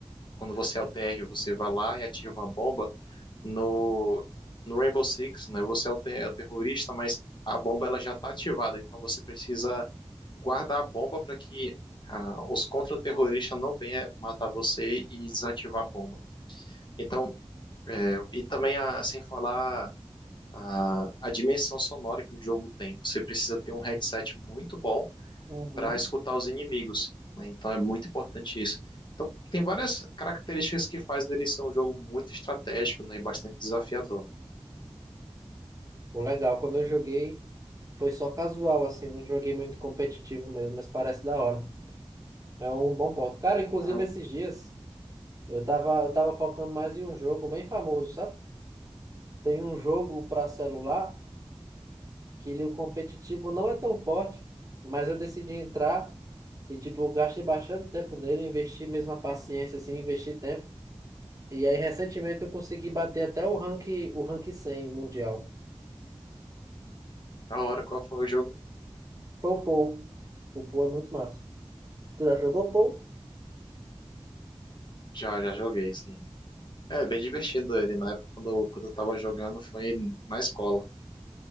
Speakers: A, on the left (about 50°); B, on the right (about 35°).
A: quando você é o TR, você vai lá e ativa a bomba, no, no Rainbow Six, né, você é o, te- é o terrorista, mas a bomba ela já está ativada, então você precisa guardar a bomba para que ah, os contra-terroristas não venham matar você e desativar a bomba. Então, é, e também, a, sem falar, a, a dimensão sonora que o jogo tem, você precisa ter um headset muito bom
B: Uhum.
A: para escutar os inimigos. né? Então é muito importante isso. Então tem várias características que faz dele ser um jogo muito estratégico, né, e bastante desafiador.
B: Pô, legal, quando eu joguei foi só casual, assim, não joguei muito competitivo mesmo, mas parece da hora. É um bom ponto. Cara, inclusive
A: Ah,
B: esses dias eu tava, eu tava focando mais em um jogo bem famoso, sabe? Tem um jogo para celular que ele, o competitivo não é tão forte, mas eu decidi entrar e, tipo, eu gastei bastante tempo nele, investi mesmo a paciência, assim, investi tempo. E aí, recentemente, eu consegui bater até o rank, o rank 100 mundial.
A: na hora qual foi o jogo?
B: Foi o Pou. O Pou é muito massa. Tu já jogou Pou?
A: Já, já joguei, sim. É bem divertido ele. Na época quando eu, quando eu tava jogando foi na escola.